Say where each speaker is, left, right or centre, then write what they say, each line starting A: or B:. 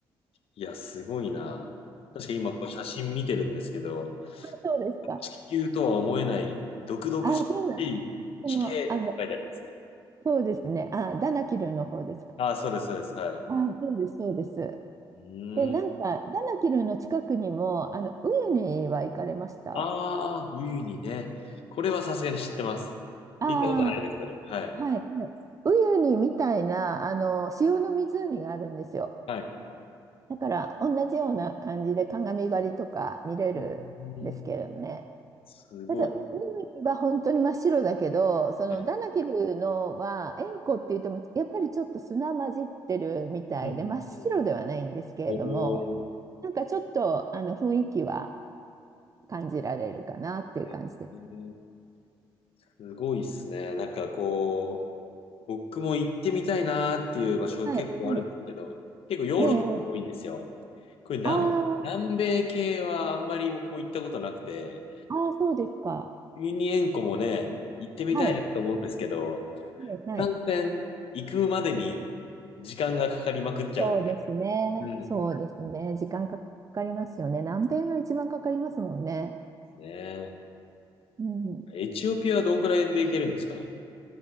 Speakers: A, on the left; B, on the right.
A: いや、すごいな。確かに今こう写真見てるんですけど、
B: そうですか。
A: 地球とは思えない毒々しい地形って書いてありますね。
B: あ、そうなん。その、あの、そうですね。あ、ダナキルの方ですか。
A: ああ、そうです、そうです。はい。
B: あ、そうです、そうです。
A: うーん。
B: で、なんか、ダナキルの近くにも、あの、ウユニは行かれました
A: ああ、ウユニね。これはさすがに知ってます。
B: あ
A: 行ったことはないですけど。
B: あ、
A: はい。
B: はい。はいウユニみたいな、あの、塩の湖があるんですよ。
A: はい。
B: だから、同じような感じで鏡張りとか見れるんですけれどね。
A: うーん、すごいで
B: ただ、ウユニは本当に真っ白だけど、そのダナキルのは、
A: すね。
B: 塩湖って言っても、やっぱりちょっと砂混じってるみたいで、
A: うんうんうん。
B: 真っ白ではないんですけれども、
A: おー、
B: なんかちょっと、あの、雰囲気は感じられるかなっていう感じです。
A: えーすごいですね。なんかこう、僕も行ってみたいなーっていう場所結構あるんですけど、
B: はい、はい。
A: 結構ヨーロッパが多いんですよ。
B: ええ、
A: これ南、
B: ああ、
A: 南米系はあんまり僕も行ったことなくて、
B: ああ、そうですか。
A: ユニ塩湖もね、行ってみたいなと思うんですけど、
B: はい、はい、はい。
A: いか行くまでに時間がかかりまくっちゃうんで。
B: そうですね。
A: うん。
B: そうですね。時間かかりますよね。南米が一番かかりますもんね。
A: ねえ。
B: うん。
A: エチオピアはどんくらいで行けるんですか